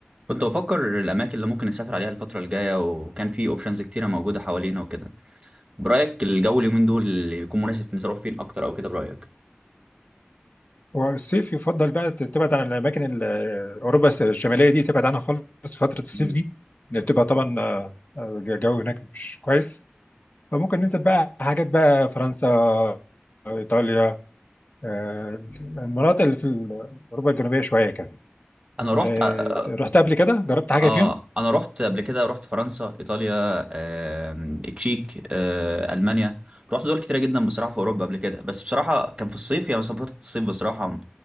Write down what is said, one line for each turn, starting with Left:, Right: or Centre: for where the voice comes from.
Right: كنت بفكر الاماكن اللي ممكن نسافر عليها الفتره الجايه وكان في اوبشنز كتيره موجوده حوالينا وكده برايك الجو اليومين دول اللي يكون مناسب نروح فين اكتر او كده برايك
Left: والصيف يفضل بقى ت- تبعد عن الاماكن ال- اوروبا الشماليه دي تبعد عنها خالص فتره الصيف
Right: مم.
Left: دي لان بتبقى طبعا آه، آه، الجو هناك مش كويس فممكن ننزل بقى حاجات بقى فرنسا آه، ايطاليا آه، المناطق اللي في ال- اوروبا الجنوبيه شويه كده
Right: انا
Left: ولا
Right: رحت اه
Left: ت- رحت قبل كده جربت
Right: آه،
Left: حاجه فيهم
Right: انا رحت قبل كده رحت فرنسا ايطاليا آم، التشيك آه، المانيا رحت دول كتيره جدا بصراحه في اوروبا قبل كده بس بصراحه كان في الصيف يعني مثلا فتره الصيف بصراحه